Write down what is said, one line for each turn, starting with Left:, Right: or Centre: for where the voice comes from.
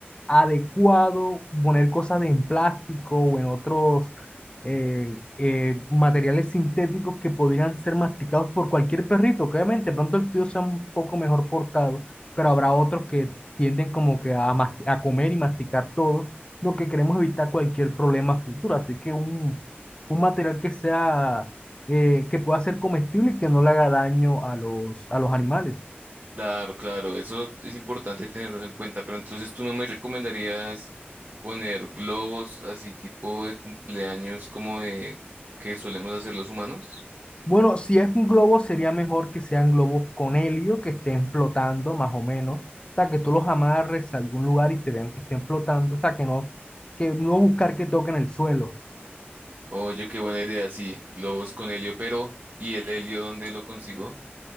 Left: adecuado poner cosas en plástico o en otros eh, eh, materiales sintéticos que podrían ser masticados por cualquier perrito, que obviamente pronto el tuyo sea un poco mejor portado, pero habrá otros que tienden como que a, mas- a comer y masticar todo, lo que queremos evitar cualquier problema futuro, así que un, un material que sea, eh, que pueda ser comestible y que no le haga daño a los, a los animales.
Right: Claro, claro, eso es importante tenerlo en cuenta, pero entonces tú no me recomendarías poner globos así tipo de cumpleaños como de que solemos hacer los humanos?
Left: Bueno, si es un globo, sería mejor que sean globos con helio, que estén flotando más o menos. O sea, que tú los amarres a algún lugar y se vean que estén flotando. O sea, que no, que no buscar que toquen el suelo.
Right: Oye, qué buena idea, sí, globos con helio, pero ¿y el helio dónde lo consigo?